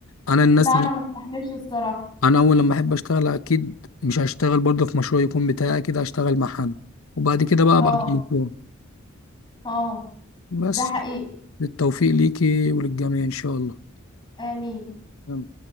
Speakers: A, on the left; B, on the left.
A: انا الناس
B: لا
A: اللي
B: انا ما استحملش الصراحة
A: انا اول لما احب اشتغل اكيد مش هشتغل برضه في مشروع يكون بتاعي اكيد هشتغل مع حد وبعد كده بقى
B: اه
A: ابقى طبعا بالمشروع
B: اه
A: بس
B: ده حقيقي
A: بالتوفيق ليكي وللجميع ان شاء الله
B: امين
A: تمام.